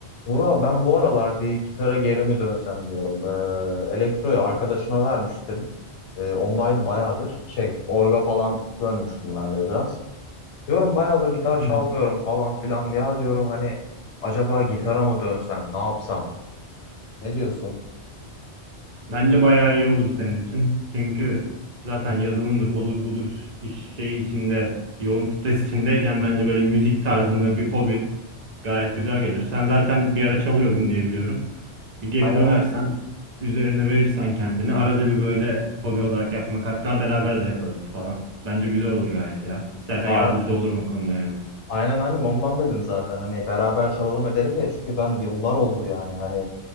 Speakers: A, on the left; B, on the right.
A: Vura ben bu aralar bir gitara geri mi dönsem diyorum. Ee, elektroyu arkadaşıma vermiştim. Ee, ondaydı bayağıdır. Şey, orga falan dönmüştüm ben de biraz. Diyorum bayağıdır gitar çalmıyorum
B: Hı hı.
A: falan filan. Ya diyorum hani acaba gitara mı dönsem, ne yapsam? Ne diyorsun?
B: Bence bayağı iyi olur senin için. Çünkü zaten yazılımdır, odur budur iş şey içinde, yoğun stres içindeyken bence böyle müzik tarzında bir hobi gayet güzel gelir. Sen zaten bir ara çalıyordun diye biliyorum. Bir geri
A: Aynen
B: dönersen,
A: aynen.
B: üzerine verirsen kendini arada bir böyle hobi olarak yapmak hatta beraber de yaparız falan. Bence güzel olur gayet ya. İstersen
A: Ta-
B: yardımcı da olurum o konuda yani.
A: aynen aynen ondan dedim zaten. Hani beraber çalalım edelim diye. Çünkü ben yıllar oldu yani. Hani